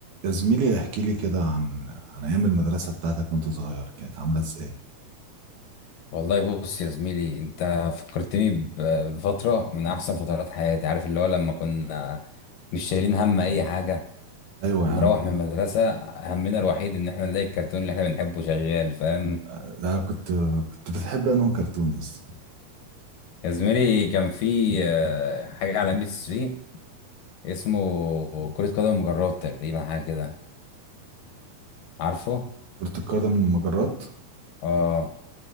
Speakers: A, on the right; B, on the left.
A: يا زميلي احكي لي كده عن عن ايام المدرسه بتاعتك وانت صغير كانت عامله ازاي
B: والله بص يا زميلي انت فكرتني ب- بفترة من احسن فترات حياتي عارف اللي هو لما كنا مش شايلين هم اي حاجة
A: ايوه
B: بنروح
A: يا عم
B: من المدرسة همنا الوحيد ان احنا نلاقي الكرتون اللي احنا بنحبه شغال فاهم
A: آه، لا كنت كنت بتحب انه كرتون يا اسطى
B: يا زميلي كان في آه، حاجة على ام بي 3 اسمه كرة قدم مجرات تقريبا حاجة كده عارفه
A: كرة القدم مجرات
B: اه